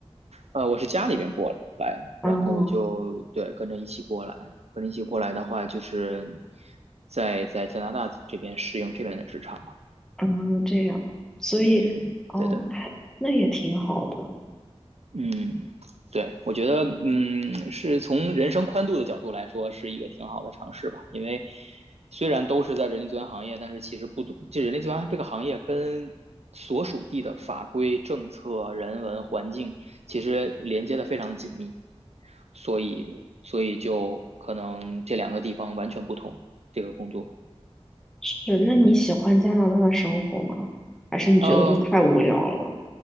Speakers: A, on the right; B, in the centre.
A: 呃，我是家里边过来，
B: 哦，
A: 然后我就对跟着一起过来，跟着一起过来的话，就是在在加拿大这边适应这边的职场。
B: 嗯，这样，所以哦，
A: 嗯，对的，
B: 那还那也挺好的。
A: 嗯，对，我觉得，嗯，是从人生宽度的角度来说，是一个挺好的尝试吧。因为虽然都是在人力资源行业，但是其实不懂，这人力资源这个行业跟所属地的法规、政策、人文环境其实连接的非常紧密，所以，所以就可能这两个地方完全不同，这个工作。
B: 是，那你喜欢加拿大的生活吗？还是你觉得就太无聊了？
A: 呃，嗯。